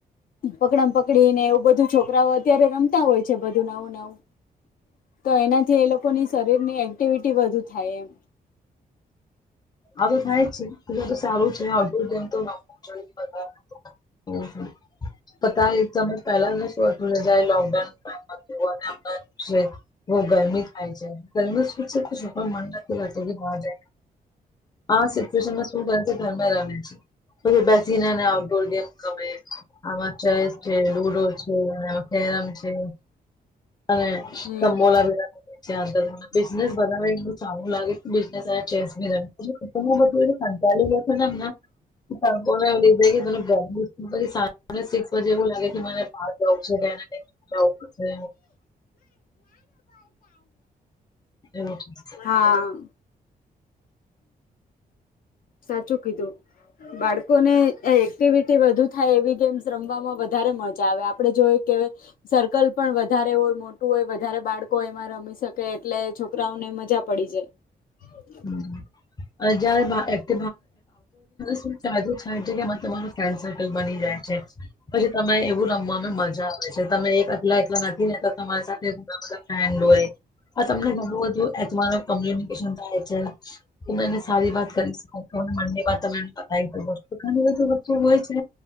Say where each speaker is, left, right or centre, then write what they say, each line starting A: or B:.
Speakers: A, on the left (about 65°); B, on the left (about 25°).
A: પકડ પકડીને એવું બધું છોકરાઓ અત્યારે રમતા હોય છે બધું નવું નાવું તો એનાથી એ લોકોની શરીરની એક્ટિવિટી વધુ થાય એમ
B: આ તો થાય જ છે પછી આ તો સારું છે આવધું જ <unintelligible> પતા <unintelligible> પહેલા નતું એટલું જયારે લોકડાઉન <unintelligible> બઉ ગરમી થાય છે ગરમી શું છે તો છોકરાઓને મન નથી લાગતું રમવા માટે હા સિચુએશનમા શું કરે છે તો ઘરમાં રમે છે પહી બેસીને ને આઉટડોર ગેમ ગમે આમાં ચેસ છે લુડો છે કેરમ છે અને
A: હમ
B: સંબોલ ચ્યાને બિઝનેસ બધાને સારું લાગે બિઝનેસ અને ચેસ બી <unintelligible> બધું સંતાડી જસે નામ ના લીધે <unintelligible> સિક્સ બજે એવું લાગે મને જાઉં છે તેના માટે જાઉં પડશે. <inaudible>
A: હા સાચું કીધું બાળ લોકોને એક્ટિવિટી વધુ થાય એવી ગેમ્સ રમવામાં વધારે મજા આવે આપડણે જોઈ કે સર્કલ પણ વધારે હો મોટું હોય વધારે બાળકો એમાં રમી શકે એટલે છોકરાઓને મજા પડી જાય
B: હમ અને જયારેટ શ ચાલું જગ્યામાં તમારું ફ્રેન્ડ સર્કલ બની જાય પછી તમે એવું રમવામાં મજા આવે છે તમે એકલા એકલા તમારા સાથે મુલા ફ્રેન્ડ હો એ હા તમને ઘણું બધું એથર કોમ્યુનિકેશન થાય છે ત એને સારી વાત કરી શક મનની વા તને પતાવીસ્તુ ઘ બધું બતું હોય છે